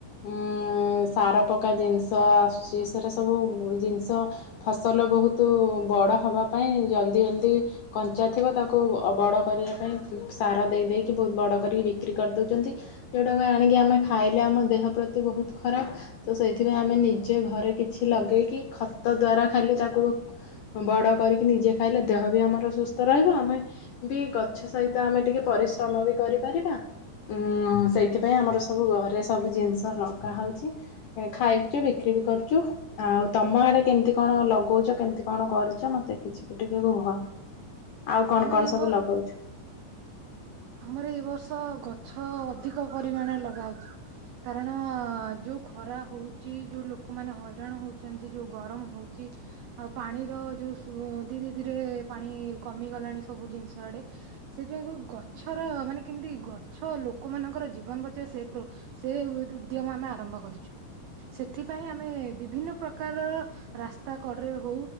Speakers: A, on the left; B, on the right.
A: ଉ ସାର ପକା ଜିନିଷ ଆସଚି, ସେଟା ସବୁ ଜିନିଷ ଫସଲ ବହୁତ ବଡ଼ ହେବା ପାଇଁ ଜଲ୍ଦି ଜଲ୍ଦି କଞ୍ଚା ଥିବ ତାକୁ ଅ ବଡ଼ କରିବା ପାଇଁ ସାର ଦେଇଦେଇକି ବହୁତ ବଡ଼ କରିକି ବିକ୍ରି କରିଦଉଚନ୍ତି। ଯଉଁଟାକ ଆଣିକି ଆମେ ଖାଇଲେ ଆମ ଦେହ ପ୍ରତି ବହୁତ ଖରାପ। ତ ସେଇଥିପାଇଁ ଆମେ ନିଜେ ଘରେ କିଛି ଲଗେଇକି ଖତ ଦ୍ଵାରା ଖାଲି ତାକୁ ବଡ କରିକି ନିଜେ ଖାଇଲେ ଦେହ ବି ଆମର ସୁସ୍ଥ ରହିବ। ଆମେ ବି ଗଛ ସହିତ ଆମେ ଟିକେ ପରିଶ୍ରମ ବି କରିପାରିବା। ଉଁ ସେଇଥିପାଇଁ ଆମର ସବୁ ଘରେ ସବୁ ଜିନିଷ ଲଗା ହଉଚି। ଖାଇଚୁ, ବିକ୍ରି ବି କରୁଚୁ। ଆଉ ତମ ଆଡେ କେମିତି କଣ ଲଗଉଚ, କେମତି କଣ କରୁଚ, ମତେ କିଛି ଟିକେ କୁହ। ଆଉ କଣ
B: ଆମର
A: କଣ
B: ଏଇ
A: ସବୁ
B: ବ,
A: ଲଗଉଛୁ?
B: ଆମର ଏଇ ବର୍ଷ ଗଛ ଗଛ ଅଧିକ ପରିମାଣରେ ଲଗାହଉଚି କାରଣ ଯଉ ଖରା ହଉଚି, ଯଉ ଲୋକମାନେ ହଇରାଣ ହଉଚନ୍ତି, ଯୋଉ ଗରମ ହଉଚି, ଆଉ ପାଣିର ଯଉ ସୁଅ ଧୀରେ ଧୀରେ ପାଣି- କମିଗଲାଣି ସବୁ ଜିନିଷ ଆଡେ। ସେଥିପାଇଁ ଗଛର ମାନେ କେମିତି ଗଛ ଲୋକମାନଙ୍କର ଜୀବନ ବଚାଇବ ସେ ପ୍ର ସେ ଉଦ୍ୟମ ଆମେ ଆରମ୍ଭ କରିଚୁ। ସେଥିପାଇଁ ଆମେ ବିଭିନ୍ନ ପ୍ରକାରର ରାସ୍ତା କଡ଼ରେ ହଉ